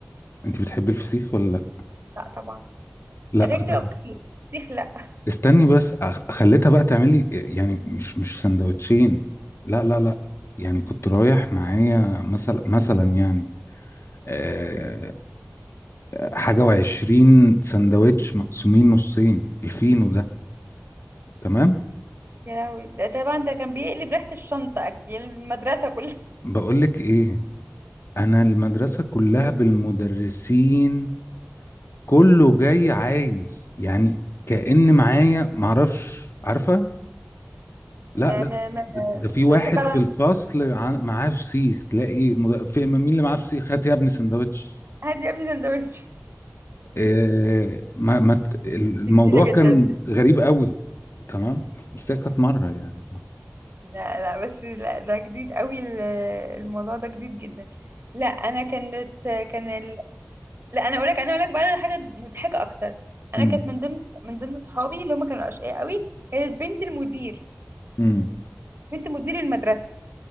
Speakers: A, on the left; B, on the right.
A: انت بتحبي الفسيخ ولا
B: لا طبعا
A: لا
B: رنجة
A: لا
B: اوكي فسيخ لا
A: استني بس أخ- خليتها بقى تعمل لي يعني مش مش سندوتشين لا لا لا يعني كنت رايح معايا مثلا مثلا يعني آه، حاجة وعشرين سندوتش مقسومين نصين الفينو ده تمام
B: يا لهوي ده ده بقى ده كان بيقلب ريحة الشنطة أكل المدرسة كلها
A: بقولك ايه انا المدرسة كلها بالمدرسين كله جاي عايز يعني كأن معايا معرفش عارفة لا
B: ما
A: لا
B: ما ما
A: ده في
B: س-
A: واحد
B: سكالانس
A: في الفصل عن- معاه فسيخ تلاقي مد- في مين اللي معاه فسيخ هات يا ابني سندوتش
B: هات يا ابني سندوتش
A: إيه ما ما ت- الموضوع
B: دي جديدة جدا
A: كان غريب قوي تمام بس هي كانت مره يعني
B: لا لا بس لا ده جديد قوي ال- الموضوع ده جديد جدا لا انا كانت كان لا انا اقولك انا اقولك بقى على حاجه مضحكه اكتر انا
A: امم
B: كانت من ضمن من ضمن صحابي اللي هم كانوا اشقياء قوي كانت بنت المدير
A: امم
B: بنت مدير المدرسه